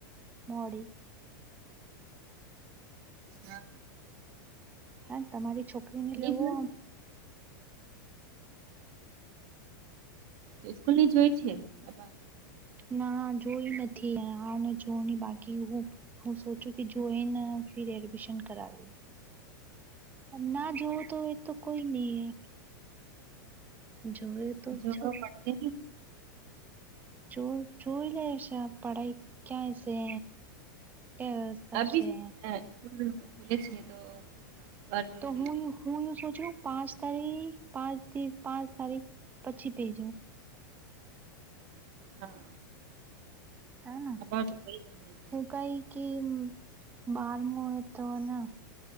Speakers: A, on the right; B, on the right.
A: મોડી
B: હા.
A: હા તમારી છોકરીને
B: ની
A: લેવો
B: જોઈ તો સ્કૂલ ની જોય છે આ
A: ના જોઈ નથી હ જો બાકી હું હું સોચું કે જોઈને ફર એડમિશન કરાવું. ના જવું તો એ તો કોઈ નહી હ. જય તો
B: જોવા
A: છો.
B: પડશે ને
A: ચો ચોવી લશ પડાય કાય છે. એ વ્યવસ્થા
B: અભી
A: છે.
B: <inaudible> <unintelligible>
A: તો
B: લેજો
A: હું યું હું યું સોચું પાંચ તારી પાંચ પાંચ તારીખ પછી પેજો
B: હા.
A: નાના
B: અખબાર તો કઈ નહી
A: ઉકાયકી બારમ હો તો ના.